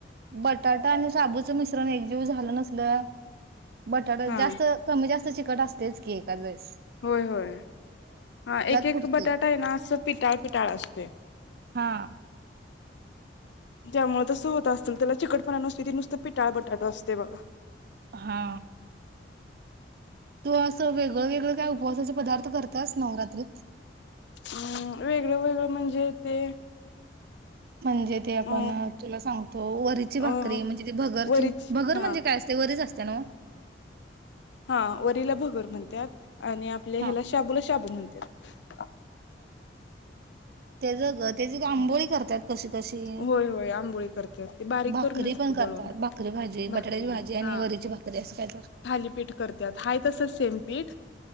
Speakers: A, on the right; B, on the left.
A: बटाट आणि साबूचं मिश्रण एक जीव झालं नसल बटाटा
B: हा
A: जास्त कमी जास्त चिकट असत तेच की एकादवस
B: होय होय ह एक
A: फुटते
B: एक बटाटा आहे ना असं पिटाळ पिटाळ असते
A: हा
B: त्यामुळेळ तसं होत असेल त्याला चिकटपणा नुस त नुसतं पिटाळ बटाटा असतय बघा
A: हा तू असं वेगळं वेगळं काय उपवासाचे पदार्थ करतास नवरात्रीत
B: हम् वेगळं वेगळं म्हणजे ते
A: म्हणजे ते आपण
B: अ
A: तुला सांगतो वरीची भाकरी
B: अ
A: म्हणजे ती भगरची
B: वरीच
A: भगर
B: हा
A: म्हणजे काय असते वरीच असते नव्ह?
B: हा वरिला भगर म्हणतात आणि आपले
A: हा
B: ह्याला शाबूला शाबू म्हणत्यात
A: त्या ज ग त्याजी आंबोळी करत्यात कशी कशी
B: होय होय आंबोळी करतात ते बारीक
A: भाकरी
B: करूनच
A: पण
B: की
A: करतात
B: दळून
A: भाकरी भाजी
B: भाकरी
A: बटाट्याची भाजी आणि
B: हा
A: वरची भाकरी असं काय तर
B: थालीपीठ करतात हा तस सेम पीठ